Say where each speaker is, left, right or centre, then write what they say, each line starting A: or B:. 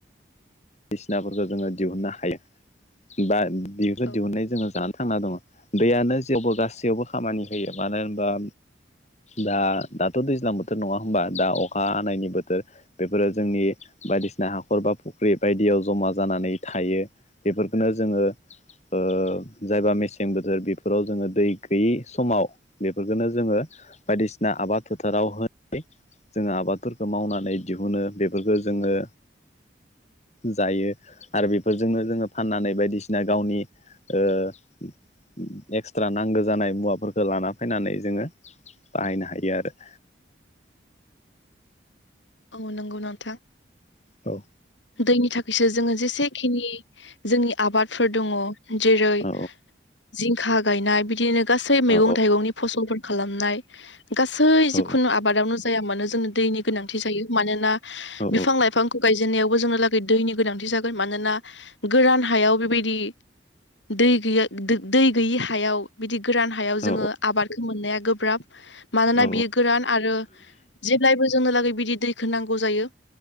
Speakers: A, on the left; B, on the left.
A: बायदिसिनाफोरखौ जोङो दिहुननो हायो बा बेखौ
B: औ
A: दिहुननाय जोङो जानो थांना दङ दैयानो जेवबो गासैयावबो खामानि होयो मानो होनबा दा दाथ' दैज्लां बोथोर नङा होमबा दा अखा हानायनि बोथोर बेफोरो जोंनि बायदिसिना हाखर बा बायदियाव जमा जानानै थायो बेफोरखौनो जोङो ओ जायबा मेसें बोथोर बेफोराव जोङो दै गैयि समाव बेफोरखौनो जोङो बायदिसिना आबाद फोथाराव होनाय जोङो आबादफोरखौ मावनानै दिहुनो बेफोरखौ जोङो जायो आरो बेफोरजोंनो जोङो फाननानै बायदिसिना गावनि ओ एक्सट्रा नांगौ जानाय मुवाफोरखौ लाना फैनानै जोङो बाहायनो हायो आरो।
B: आऔ नंगौ नोंथा
A: औ
B: दैनि थाखायसो जोङो जेसेखिनि जोंनि आबाद फोर दङ जेरै
A: औ
B: जिंखा गायनाय बिदिनो गासै मैगं
A: औ
B: थाइगंनि फसलफोर खालामनाय गासै
A: औ
B: जिखुनु आबादावनो जाया मानो जोंनो दैनि गोनां थि जायो मानोना
A: औ
B: बिफां लाइफांखौ गायजेननायाव जोंनो लागै दैनि गोनांथि जागोन मानोना गोरान हायाव बेबायदि दै गैया दै गैयि हायाव बिदि गोरान हायाव
A: औ
B: जोङो आबादखौ मोननाया गोब्राब मानोना
A: औ
B: बियो गोरान आरो जेब्लायबो जोंनो लागै बिदि दैखौ नांगौ जायो